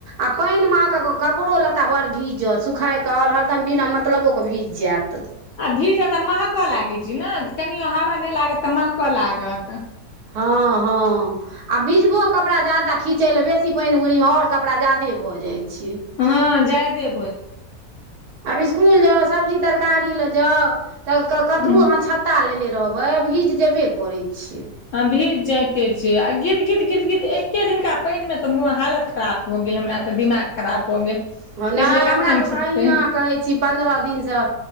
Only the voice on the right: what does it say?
आ पानिमे अहाँके कपड़ो लत्ता बड़ भीज जाइत, सुखाबै कऽ आओर हरदम बिना मतलबोके भीज जाइत।
हँ हँ आ भीजतऽ कपड़ा ज्यादा खींचय लेल बेसी पानि ओहिमे आओर कपड़ा ज्यादे भऽ जाइत छै।
अब स्कूल जाउ सब्जी तर तरकारी लऽ जाउ तऽ
कतबो अहाँ छत्ता लेने रहबै, भीज जेबे करै छियै।
ओ नहि,
हमरा सभकेँ
अहिना कहै छी पन्द्रह दिनसँ।